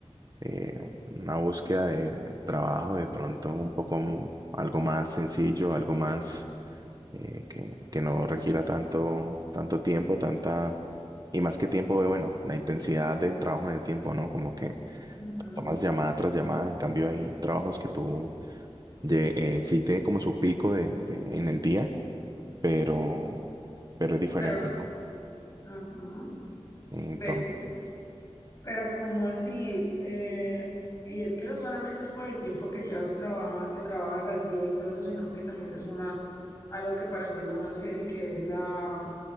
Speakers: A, on the right; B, on the left.
A: eh, una búsqueda de trabajo, de pronto un poco m- algo más sencillo, algo más eh, que, que no requiera tanto, tanto tiempo, tanta, y más que tiempo, bueno, la intensidad del trabajo en el tiempo, ¿no? Como que
B: Ujú,
A: tomas llamada tras llamada, en cambio hay trabajos que tú lle- eh, sí tiene como su pico de, de- en el día, pero, pero es diferente,
B: Pero no.
A: ¿no?
B: Ujú.
A: Entonces,
B: Vení. Pero ¿cómo así? Eh, y es que no solamente es por el tiempo que llevas trabaja- que trabajas al día y todo eso, sino que también se suma algo que para mí es lo más heavy, que es la,